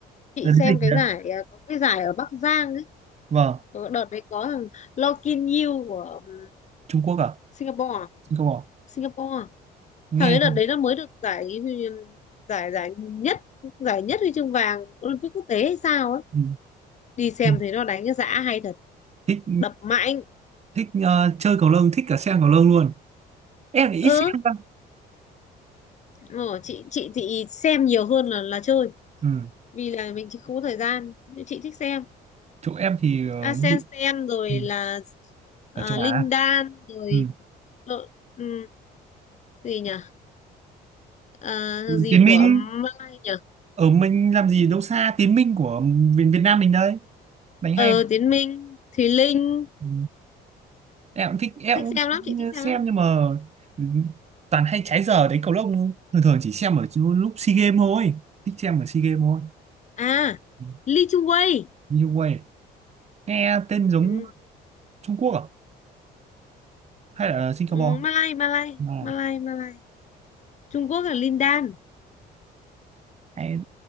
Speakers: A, on the left; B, on the right.
A: chị
B: giờ đến
A: xem
B: dịch
A: cái
B: nhỉ
A: giải ờ, có cái giải ở Bắc Giang
B: vâng
A: Ờ, đợt đấy có thằng Lo Kin Yew của ừm,
B: Trung Quốc à
A: Singapore à?
B: Trung Quốc à?
A: Singapore à?
B: nghe
A: thằng ấy đợt
B: ừ.
A: đấy nó mới được giải giải giải nhất giải nhất huy chương vàng Olympic quốc tế hay sao ấy
B: ừ,
A: đi xem
B: ừ.
A: thấy nó đánh cái dã hay thật
B: thích
A: đập mạnh
B: thích ờ, chơi cầu lông thích cả xem cầu lông luôn em thì ít
A: ừ
B: xem cơ
A: ờ, chị chị chị xem nhiều hơn là là chơi
B: ừ.
A: vì là mình chỉ không có thời gian nhưng chị thích xem
B: chỗ em thì ờ,
A: Asensen
B: đi-
A: rồi
B: ừ.
A: là à,
B: ở châu Á
A: Linh Đan rồi
B: ừ.
A: lộ- ừm, gì nhỉ À, gì
B: Tiến Minh
A: của Mai nhỉ
B: ở mình làm gì đâu xa Tiến Minh của Việt, Việt Nam mình đây đánh
A: ờ
B: hay
A: Tiến Minh Thùy Linh
B: ừ. em cũng thích em
A: thích
B: cũng
A: xem lắm chị thích xem
B: xem
A: lắm
B: nhưng mà ừ, toàn hay trái giờ đấy cầu lông thường thường chỉ xem ở chỗ lúc SEA Games thôi thích xem ở SEA Games thôi
A: à
B: Ừ.
A: Lee Chung Wei
B: như vậy nghe tên giống
A: ừ.
B: Trung Quốc à hay là Singapore
A: Ừ, Malay Malay
B: à.
A: Malay Malay Trung Quốc là Lin Dan
B: hay-